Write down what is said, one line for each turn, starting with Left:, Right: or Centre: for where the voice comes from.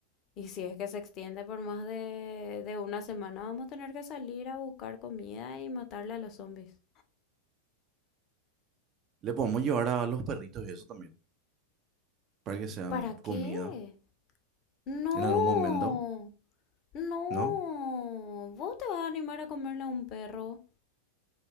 Left: Y si es que se extiende por más de, de una semana, vamos a tener que salir a buscar comida y matarle a los zombies.
Right: Le podemos llevar a los perritos y eso también, para que sean
Left: ¿Para qué?
Right: comida
Left: No,
Right: en algún momento,
Left: no.
Right: ¿no?
Left: ¿Vos te vas a animar a comerle a un perro?